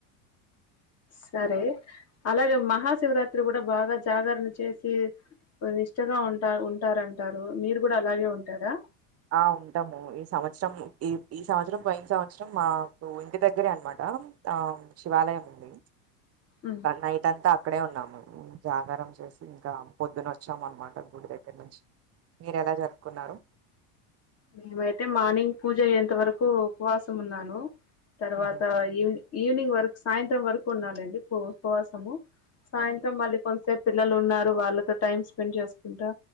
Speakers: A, on the left (about 30°); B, on the right (about 30°).
A: సరే అలాగే మహాశివరాత్రి కూడా బాగా జాగారం చేసి కొ ఇష్టగా ఉంటా ఉంటారంటారు మీరు కూడా అలాగే ఉంటారా
B: ఆ ఉంటాము ఈ సంవత్సరం ఈ ఈ సంవత్సరం పోయిన సంవత్సరం మాకు ఇంటి దగ్గరే అనమాట ఆ శివాలయం ఉంది
A: ఉమ్.
B: నైట్ అంతా అక్కడే ఉన్నాం జాగారం చేసి ఇంకా పొద్దున వచ్చాం అనమాట గుడి దగ్గర నుంచి మీరు ఎలా జరుపుకున్నారు
A: మేమైతే మార్నింగ్ పూజ అయ్యేంత వరకు ఉపవాసం ఉన్నాను తర్వాత
B: ఉహుహు.
A: ఈవని ఈవినింగ్ వరకు సాయంత్రం వరకు ఉండాలండి ఉపవాసము సాయంత్రం
B: ఓకే
A: మళ్ళీ కొన్ని సేపు పిల్లలు ఉన్నారు వాళ్ళతో టైం స్పెండ్ చేసుకుంటా